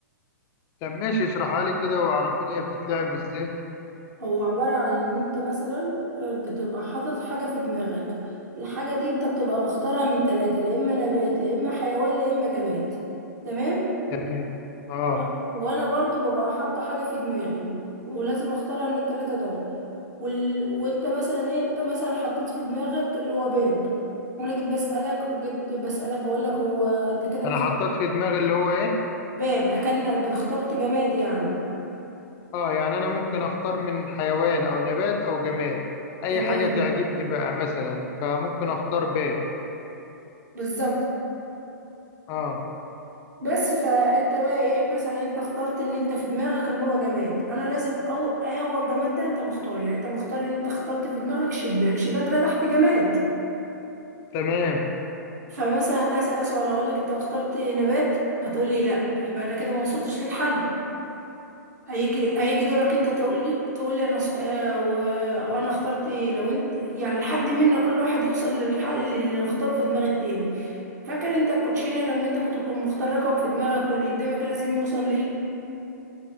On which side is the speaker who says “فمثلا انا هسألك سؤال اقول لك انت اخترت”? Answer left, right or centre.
Right